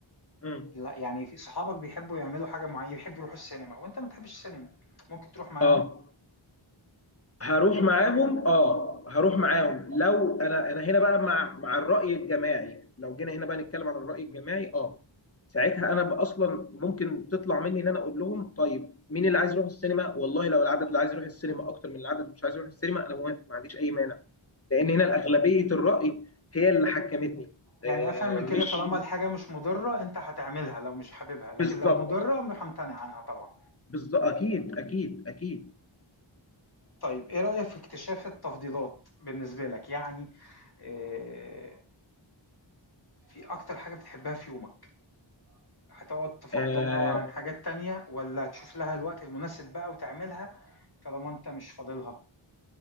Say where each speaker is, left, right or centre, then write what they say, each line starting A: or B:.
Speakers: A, on the left (about 30°); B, on the left (about 50°).
A: مم.
B: لا يعني في صحابك بيحبوا يعملوا حاجة معينة يحبوا يروحوا السينما وانت ما بتحبش السينما ممكن تروح معاهم
A: اه هروح معاهم اه هروح معاهم لو انا انا هنا بقى مع مع الرأي الجماعي لو جينا هنا بقى نتكلم عن الرأي الجماعي اه ساعتها انا بقى اصلا ممكن تطلع مني ان انا اقول لهم طيب مين اللي عايز يروح السينما والله لو العدد اللي عايز يروح السينما اكتر من العدد مش عايز يروح السينما انا موافق ما عنديش اي مانع لان هنا الاغلبيه الراي هي اللي حكمتني
B: يعني
A: آه،
B: افهم من
A: مش
B: كده طالما الحاجة مش مضرة انت هتعملها لو مش حاببها لكن
A: بالظبط
B: لو مضرة همتنع عنها طبعا
A: بالظبط اكيد اكيد اكيد
B: طيب ايه رأيك في اكتشاف التفضيلات بالنسبة لك يعني آه، في اكتر حاجة بتحبها في يومك هتقعد تفضلها
A: آه،
B: عن حاجات تانية ولا تشوف لها الوقت المناسب بقى وتعملها طالما انت مش فاضلها